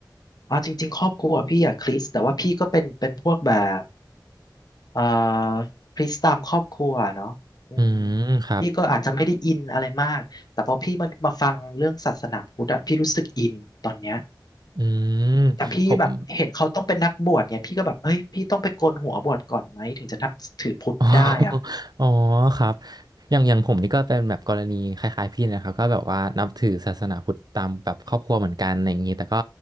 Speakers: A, on the left; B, on the right.
A: เอาจริงๆครอบครัวพี่อะคริสต์แต่ว่าพี่ก็เป็นเป็นพวกแบบ เอ่อพลิกตามครอบครัวเนาะอืม
B: อืมครับ
A: พี่ก็อาจจะไม่ได้อินอะไรมากแต่พอพี่มามาฟังเรื่องศาสนาพุทธอะพี่รู้สึกอินตอนเนี้ย
B: อืม
A: อืมแต่พี่แบบเห็นเขาต้องเป็นนักบวชเนี่ยพี่ก็แบบเฮ้ยพี่ต้องไปโกนหัวบวชก่อนไหมถึงจะนับถือพุทธได้อ่ะ
B: ผม อ๋ออ๋อครับอย่างอย่างผมนี่ก็เป็นแบบกรณีคล้ายๆพี่นะครับก็แบบว่านับถือศาสนาพุทธตามแบบครอบครัวเหมือนกันอะไรอย่างนี้แต่ก็